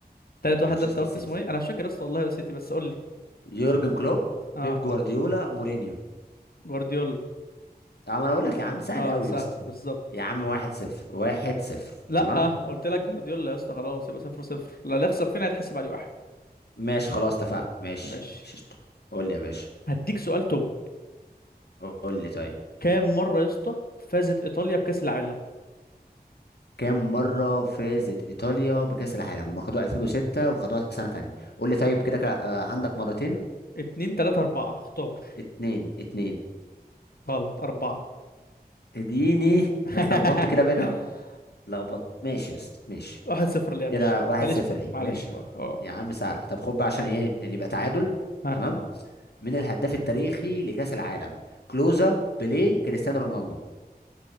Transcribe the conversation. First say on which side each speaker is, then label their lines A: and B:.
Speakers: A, on the left; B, on the left.
A: تالت
B: مانشستر
A: واحد ده انت قلت
B: سيتي
A: اسمه ايه انا مش فاكر يا اسطى والله نسيتي بس قول لي
B: يورجن كلوب
A: اه
B: بيب جوارديولا مورينيو
A: جوارديولا
B: طب انا اقول لك يا عم سهل
A: اه
B: قوي
A: سهل
B: يا اسطى
A: بالظبط
B: يا عم واحد صفر واحد صفر
A: لا
B: تمام
A: آه قلت لك جوارديولا يا اسطى خلاص يبقى صفر صفر لا اللي يخسر فينا هيتحسب عليه واحد
B: ماشي خلاص اتفقنا ماشي
A: ماشي
B: ششت قول لي يا باشا
A: هديك سؤال توب
B: قول لي طيب
A: كام مره يا اسطى فازت ايطاليا بكاس العالم
B: كام مرة فازت إيطاليا بكأس العالم هم خدوها 2006 وخدوها سنة تانية قول لي طيب كده كا- آه، عندك مرتين
A: اتنين تلاتة أربعة اختار
B: اتنين اتنين
A: غلط أربعة
B: اديني
A: <laughs>
B: اتلخبطت كده بينا اتلخبطت ماشي يا اسطى ماشي
A: واحد صفر ليه يا باشا
B: كده واحد
A: معلش
B: صفر
A: فيه
B: ليك
A: معلش
B: ماشي يا
A: بقى
B: عم
A: اه
B: يا عم سهلة طب خد بقى عشان ايه نبقى تعادل
A: ها
B: تمام من الهداف التاريخي لكاس العالم كلوزا بيليه كريستيانو رونالدو